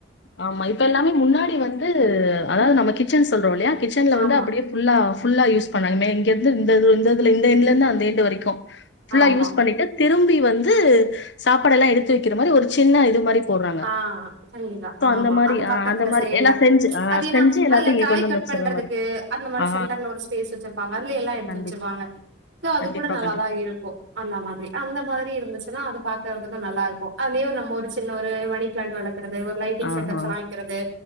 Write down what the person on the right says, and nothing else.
ஆமா
ஆமா
அ தனீதா
ஆமா
அந்த பக்கத்துல
சைட்ல
அது இனா
அதுல
காய்
கட்
பண்றதுக்
கு அந்தமாரி
சென்டர்ல ஒரு ஸ்பேஸ் வச்சிருப்பாங்க அதுல எல்லா எடுத்து
வச்சிருப்பாங்க சோ அது
கூட நல்லாதா
இருக் பெ அந்த மாதிரி அந்த மாதிரி இருந்துச்சுன்னா அது பாக்குறதுக்கூ நல்லாருக்கூ அதே நம்ம ஒரு சின்ன ஒர் ஒரு மணி ப்ளாண்ட் வளக்குறது ஒரு லைட்டிங்
செட்டப்ஸ்லா வக்கிறது